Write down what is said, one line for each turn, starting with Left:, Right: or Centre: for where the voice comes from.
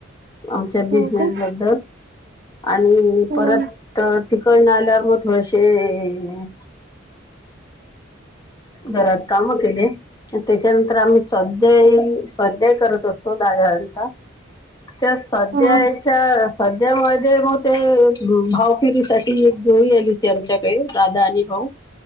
Left: आमच्या बिझनेस
Right: हो का
Left: बद्दल आणि
Right: हा
Left: परत तर तिकडन आल्यावर मग थोडेसे. घरात काम केले त्याच्यानंतर आम्ही स्वाध्याय स्वाध्याय कर. प्रतुंदारा चा त्या सध्याच्या
Right: हा हा
Left: सध्या, मध्ये मग ते भाऊकीरीसाठी. एक जोळी आली होती आमच्याकडे, दादा आणि भाऊ.